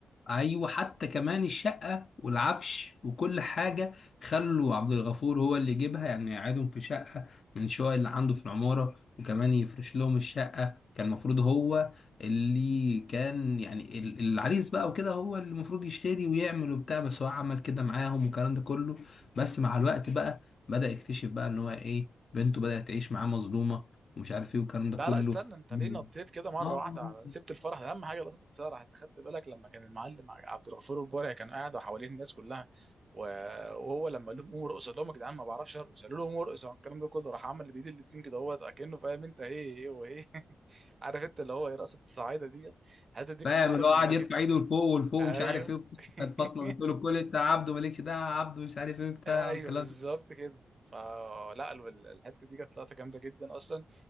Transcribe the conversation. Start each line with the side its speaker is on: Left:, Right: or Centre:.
Left: ايوه حتى كمان الشقه والعفش وكل حاجه خلوا عبد الغفور هو اللي يجيبها يعني يقعدهم في شقه من الشقق اللي عنده في العماره وكمان يفرش لهم الشقه كان المفروض هو اللي كان يعني ال- العريس بقى وكده هو اللي المفروض يشتري ويعمل وبتاع بس هو عمل كده معاهم والكلام ده كله بس مع الوقت بقى بدأ يكتشف بقى ان هو ايه بنته بدأت تعيش معاه مظلومه ومش عارف ايه والكلام ده
Right: لا
Left: كله
Right: لا استنى انت ليه نطيت كده مره
Left: اه
Right: واحده على سبت الفرح ده اهم حاجه لقطه الفرح انت خدت بالك لما كان المعلم عبد الغفور البرعي كان قاعد وحواليه الناس كلها و- وهو لما قال لهم قوموا ارقصوا قال لهم يا جدعان ما بعرفش ارقص قالوا له قوموا ارقصوا الكلام ده كله راح عمل بايد الاتنين كده هو كانه فاهم انت ايه ايه وايه <laughs> عارف انت اللي هو ايه رقصه الصعايده ديت الحته دي
Left: فاهم
Right: كانت لقطه
Left: اللي
Right: كوميدي
Left: هو قاعد يرفع
Right: جدا
Left: ايده لفوق ولفوق
Right: ايوه
Left: مش عارف ايه وبتاع.
Right: <laughs>
Left: كانت فاطمه بتقول له كل انت يا عبده مالكش دعوه يا عبده مش عارف ايه بتاع
Right: آه، ايوه
Left: والكلام
Right: بالظبط كده فلا ال- الحته دي كانت لقطه جامده جدا اصلا